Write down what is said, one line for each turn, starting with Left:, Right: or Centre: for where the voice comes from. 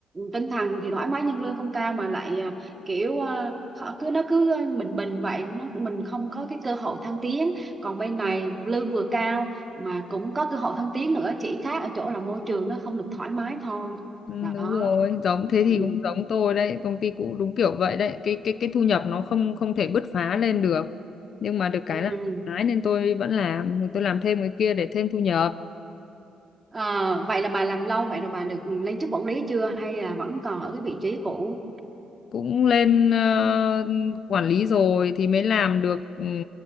Right: tinh thần thì thoải mái nhưng lương không cao mà lại à, kiểu à, kh- cứ nó cứ ờ, bình bình vậy nó mình không có cái cơ hội thăng tiến còn bên này lương vừa cao mà cũng có cơ hội thăng tiến nữa chỉ khác ở chỗ là môi trường nó không được thoải mái thôi
Left: Ừ,
Right: đó
Left: đúng rồi giống thế thì
Right: ừ.
Left: cũng giống tôi đấy công ty cũ đúng kiểu vậy đấy cái cái cái thu nhập nó không không thể bứt phá lên được nhưng mà được cái
Right: Ừ.
Left: là thoải mái nên tôi vẫn làm tôi làm thêm cái kia để thêm thu nhập
Right: Ờ, vậy là bà làm lâu vậy rồi bà được lên chức quản lý chưa hay là vẫn còn ở cái vị trí cũ?
Left: cũng lên ờ, quản lý rồi thì mới làm được ừ,